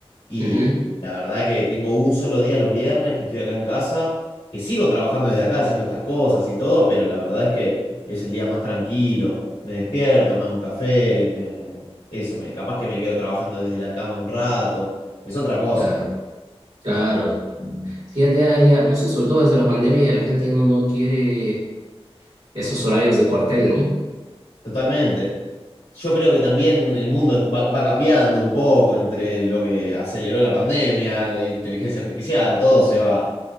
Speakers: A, on the left; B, on the right.
A: y
B: Ujú,
A: la verdad que tengo un solo día los viernes que estoy acá en casa que sigo trabajando desde acá haciendo estas cosas y todo, pero la verdad es que es el día más tranquilo. Me despierto, me hago un café, me- eso, me, capaz que me quedo trabajando desde la cama un rato. Es otra cosa,
B: Claro, claro.
A: es otra cosa.
B: Sí, ya, ya, ya, no sé, sobre todo desde la pandemia la gente ya no, no quiere esos horarios de cuartel, ¿no?
A: Totalmente. Yo creo que también el mundo va, va cambiando un poco entre lo que aceleró la pandemia, la inteligencia artificial, todo se va.